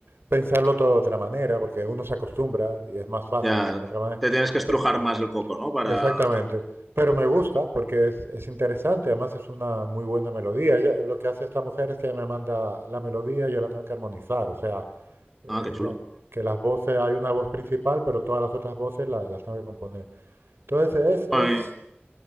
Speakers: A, on the right; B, in the centre.
A: pensarlo todo de otra manera, porque uno se acostumbra y es más fácil
B: Ya
A: de otra manera.
B: te tienes que estrujar
A: Pe-
B: más el coco, ¿no? Para...
A: exactamente. Pero me gusta porque es, es interesante, además es una muy buena melodía. Ella- lo que hace esta mujer es que ella me manda la melodía y yo la tengo que armonizar. O sea, eh,
B: Ah, qué chulo.
A: diga- que las voces, hay una voz principal, pero todas las otras voces la- las tengo que componer. Entonces es,
B: Bueno,
A: es
B: y